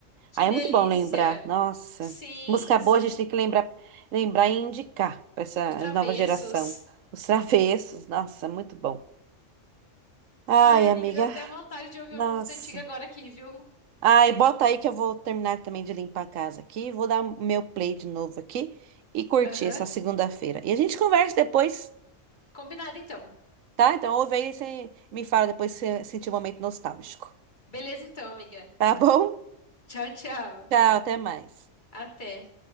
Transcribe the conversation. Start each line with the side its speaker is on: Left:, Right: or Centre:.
Left: que
Right: Aí
Left: delícia!
Right: é muito bom lembrar. Nossa.
Left: Sim,
Right: Música
Left: sim,
Right: boa a gente tem que lembrar, lembrar e indicar para essa
Left: os Travessos.
Right: nova geração. Os travessos, nossa, muito bom. Ai,
Left: Ai, amiga,
Right: amiga,
Left: deu até vontade de ouvir
Right: nossa.
Left: uma música antiga agora aqui, viu?
Right: Ai, bota aí que eu vou terminar também de limpar a casa aqui. Vou dar meu play de novo aqui e curtir
Left: Aham.
Right: essa segunda-feira. E a gente conversa depois,
Left: Combinado, então.
Right: tá? Então ouve aí e você me fala depois se você sentir um momento nostálgico.
Left: Beleza, então, amiga.
Right: Tá bom?
Left: Tchau, tchau.
Right: Tchau, até mais.
Left: Até.